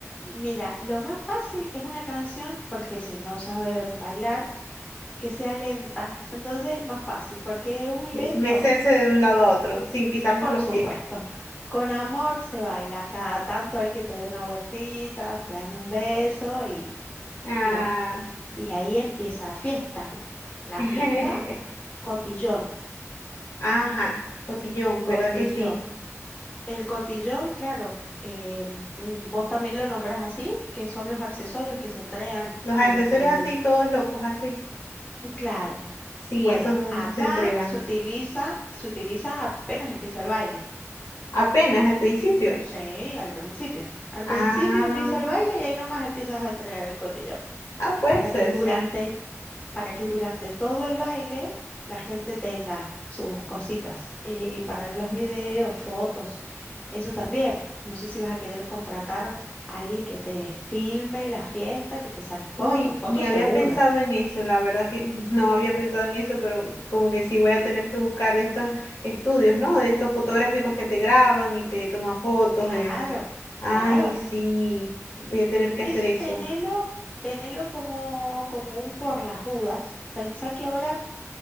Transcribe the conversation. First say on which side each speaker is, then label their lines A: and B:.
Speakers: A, on the left; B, on the left.
A: Mira, lo más fácil es una canción, porque si no saben bailar, que sea lenta. Entonces es más fácil, porque un
B: Eh,
A: lento,
B: Mecerse de un lado a otro sin pisarnos
A: por
B: los
A: supuesto.
B: pies.
A: Con amor se baila, cada tanto el que te dé una vueltita, se dan un beso y,
B: Ah.
A: y bueno. Y ahí empieza la fiesta. La
B: <laughs>
A: fiesta, cotillón,
B: Ajá, cotillón,
A: cotillón.
B: ¿verdad que sí?
A: El cotillón, claro, eh, mm, vos también lo nombras así, que son los accesorios que se entregan
B: Los accesorios
A: durante el...
B: así, todos locos así.
A: Claro.
B: Sí,
A: Bueno,
B: esos
A: acá
B: se entregan
A: se utiliza, se utiliza apenas empieza el baile.
B: apenas al principio.
A: Sí, al principio. Al
B: Ah.
A: principio empieza el baile y ahí nomás empiezas a entregar el cotillón.
B: Ah, puede
A: Para
B: ser,
A: que durante,
B: sí.
A: para que durante todo el baile la gente tenga sus cositas. Y para los videos, fotos, eso también. No sé si vas a querer contratar a alguien que te filme la fiesta, que te saque fotos,
B: Uy,
A: fotos
B: ni había
A: seguro.
B: pensado en eso, la verdad que <laughs> no había pensado en eso, pero como que sí voy a tener que buscar de estos estudios, ¿no? De estos fotográficos que te graban y te toman fotos.
A: Claro,
B: En... Ay,
A: claro.
B: sí, voy a tener que
A: Eso
B: hacer eso.
A: tenelo, tenelo como, como un por las dudas. Pensá que ahora,